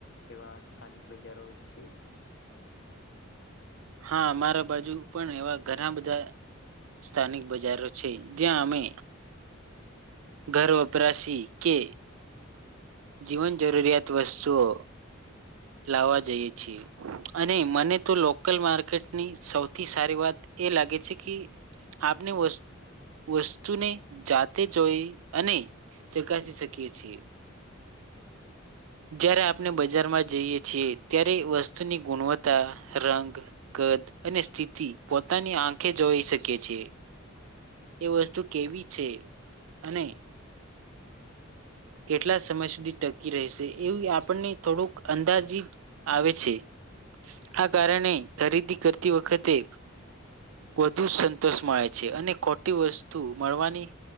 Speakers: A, on the left; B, on the right.
A: એવા સ્થાનિક બજારો છે?
B: હાં અમારા બાજુ પણ એવા ઘના બધા સ્થાનિક બજારો છે, જ્યાં અમે ઘર વપરાશી કે જીવન જરૂરિયાત વસ્તુઓ લાવવા જઈએ છી અને મને તો લોકલ માર્કેટની સૌથી સારી વાત એ લાગે છે કિ આપને વસ્ વસ્તુને જાતે જોઈ અને ચકાસી શકીએ છીએ. જ્યારે આપને બજારમાં જઈએ છીએ, ત્યારે વસ્તુની ગુણવત્તા, રંગ, કદ અને સ્થિતિ પોતાની આંખે જોઈ શકીએ છીએ. એ વસ્તુ કેવી છે અને કેટલા સમય સુધી ટકી રહેશે એવુઈ આપણને થોડુંક અંદાજીત આવે છે આ કારણે ખરીદી કરતી વખતે વધુ સંતોષ મળે છે અને ખો ટી વસ્તુ મળવાની